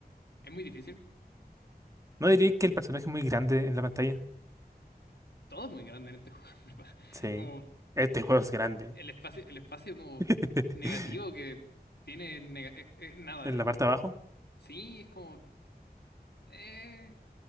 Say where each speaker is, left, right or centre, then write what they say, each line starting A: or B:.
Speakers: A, on the left; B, on the right.
A: Es muy difícil.
B: ¿No dirías que el personaje es muy grande en la pantalla?
A: Todo es muy grande en este juego, <laughs> en ¿verdad?
B: Sí.
A: Como
B: Este juego es grande.
A: el espacio, el espacio como
B: <laughs>
A: negativo que tiene nega- eh, eh, nada.
B: En la
A: Como,
B: parte de abajo.
A: sí, es como. eh,